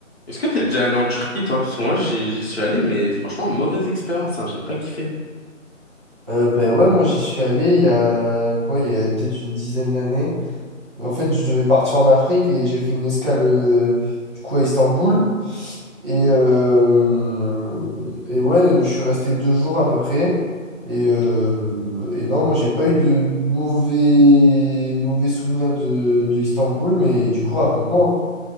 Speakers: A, on the left (about 50°); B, on the right (about 20°).
A: Est-ce que t'es déjà allé en Turquie, toi? Parce que moi, j'y j'y suis allé, mais franchement, mauvaise expérience, hein, j'ai pas kiffé.
B: Euh, ben ouais, moi j'y suis allé il y a quoi, il y a peut-être une dizaine d'années. En fait, je devais partir en Afrique et j'ai fait une escale euh, du coup à Istanbul. Et, euh, et ouais, je suis resté deux jours à peu près. Et,
A: Ok,
B: euh, et non, moi j'ai pas eu de mauvais, mauvais souvenirs de, de Istanbul, mais du coup, raconte-moi.